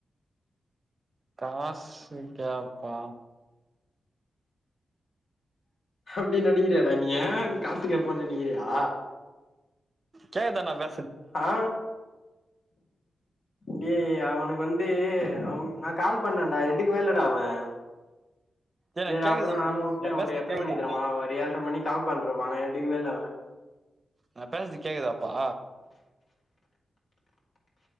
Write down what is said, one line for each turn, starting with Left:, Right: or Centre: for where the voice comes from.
Right: காஸ்சு கேப்பா
Left: அப்டி நெனைக்கிறியாடா நீயி காசு கேப்பா நெனைக்கிறியா
Right: கேக்க தா நண்பே
Left: ஆ டே அவுனுக்கு வந்து அவு நா கால் பண்ணேன்டா எடுக்கவே இல்லடா அவே
Right: ஏ நா
Left: சேரி
Right: கேக்குதா
Left: அப்றோ
Right: இப்ப
Left: நானு உட்டே
Right: நா
Left: ஒரு
Right: பேசறது
Left: எத்தன
Right: கேக்குதா
Left: மணிக் தெரிமா ஒரு ஏழ்ர மணிக் கால் பண்றப்பா ஆனா எடுக்கவேயில்ல
Right: நா பேஸ்து கேக்குதாப்பா